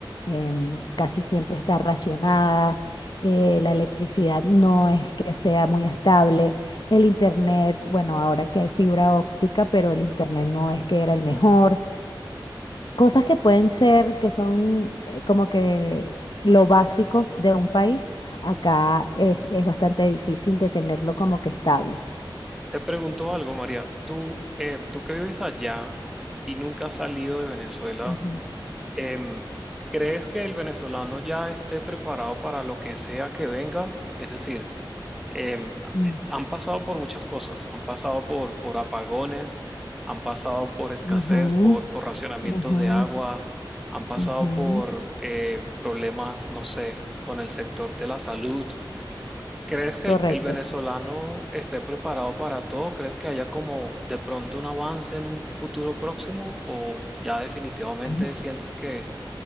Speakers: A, on the left; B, in the centre.
A: em, casi siempre está racionada, eh, la electricidad no es que sea muy estable. El internet, bueno, ahora que hay fibra óptica, pero el internet no es que era el mejor. Cosas que pueden ser, que son eh, como que lo básico de un país, acá es, es bastante difícil de tenerlo como que estable.
B: Te pregunto algo, María. Tú, eh, tú que vives allá y nunca has salido de Venezuela,
A: Ujú,
B: Em, ¿crees que el venezolano ya esté preparado para lo que sea que venga? Es decir, em, a-
A: mm,
B: han pasado por muchas cosas, han pasado por, por apagones, han pasado por escasez,
A: ujú,
B: por, por racionamientos
A: ujú,
B: de agua, han pasado
A: ujú.
B: por eh, problemas, no sé, con el sector de la salud. ¿Crees que el,
A: Correcto.
B: el venezolano esté preparado para todo? ¿Crees que haya como de pronto un avance en un futuro próximo o ya definitivamente
A: <laughs>
B: sientes que